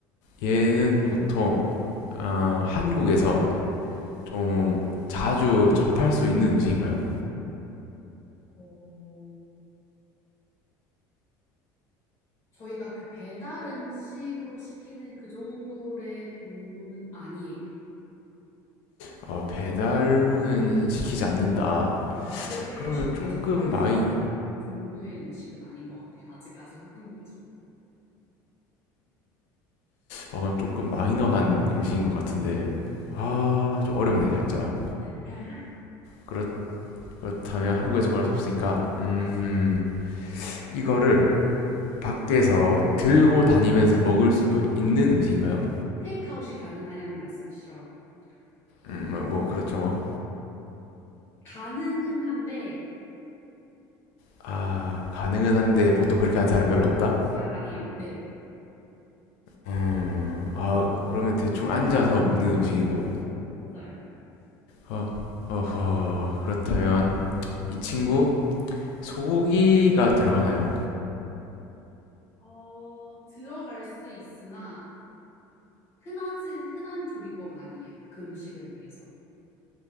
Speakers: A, on the left; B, on the left.
A: 얘는 보통 아, 한국에서 좀 자주 접할 수 있는 음식인가요?
B: 오, 저희가 그 배달 음식으로 시키는 그 정도의 빈도는 아니에요.
A: 어, 배달로는 시키지 않는다.
B: 네. 그렇게
A: 그러면
B: 쉽게
A: 조금
B: 접할
A: 마이,
B: 수 있는 종류의 음식은 아닌 것 같아요. 아직까지 한- 한국에서는.
A: 아, 그럼 조금 마이너한 음식인 것 같은데, 아, 좀 어렵네, 살짝.
B: 네.
A: 그렇, 그렇다면 한국에서 구할 수 없으니까, 음, 이거를 밖에서 들고 다니면서 먹을 수 있는 음식인가요?
B: 테이크아웃이 가능하냐는 말씀이시죠?
A: 음,
B: 음.
A: 뭐, 뭐 그렇죠, 뭐.
B: 가능은 한데,
A: 아, 가능은
B: 결코
A: 한데 보통 그렇게 하는 사람이 별로 없다?
B: 그렇게 안 해요. 네.
A: 음, 아, 그러면 대충 앉아서 먹는 음식이고,
B: 맞아요.
A: 어, 어허, 그렇다면 이 친구 소고기가 들어가나요?
B: 어, 들어갈 수 있으나, 흔하지, 흔한 조리법은 아니에요. 그 음식을 위해서.